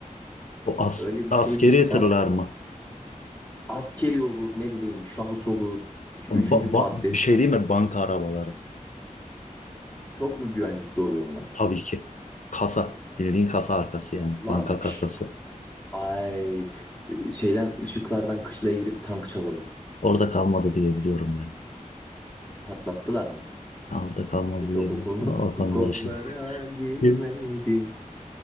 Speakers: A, on the left; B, on the left.
A: O as
B: Öyle bir
A: askeri
B: şey bulsak
A: tırlar mı?
B: askeri olur ne bileyim şahıs olur. Üç-
A: Ba-
B: Üçüncü
A: ba-
B: parti.
A: bir şey değil mi? Banka arabaları.
B: Çok mu güvenlikli oluyor onlar?
A: Tabii ki. Kasa. Bildiğin kasa arkası yani.
B: Lan
A: Banka
B: şşt,
A: kasası.
B: ay Ee, şeyden ışıklardan kışlaya girip tank çalalım.
A: Orada kalmadı diye biliyorum yani.
B: Patlattılar mı?
A: Altta kalmadı
B: Neyse çok
A: diyebilirim.
B: o konu
A: O
B: <laughs>
A: konuları
B: bu konulara
A: şey.
B: girmeyelim.
A: E,